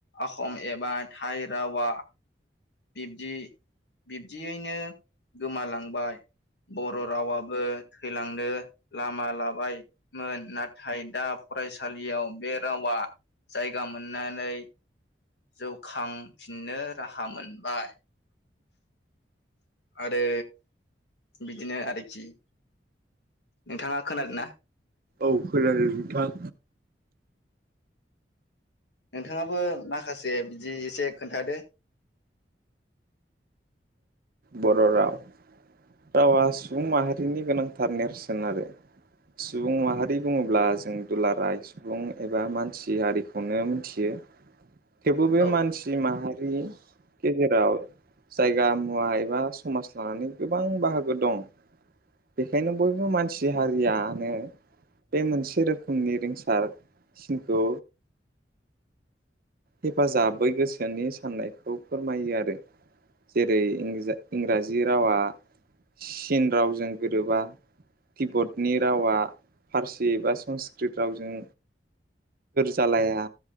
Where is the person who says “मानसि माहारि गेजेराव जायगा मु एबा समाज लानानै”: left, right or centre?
Right